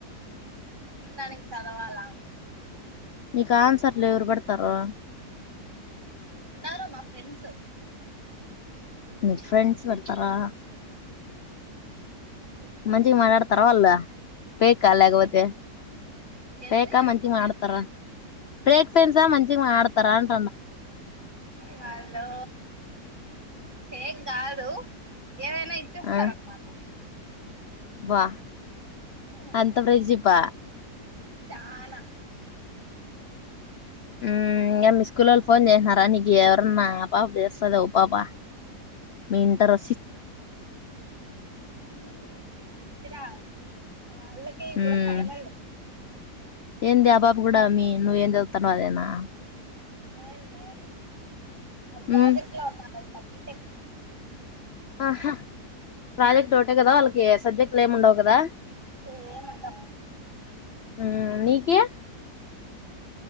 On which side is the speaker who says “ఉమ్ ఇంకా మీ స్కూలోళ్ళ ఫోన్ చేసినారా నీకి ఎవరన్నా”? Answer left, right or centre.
Left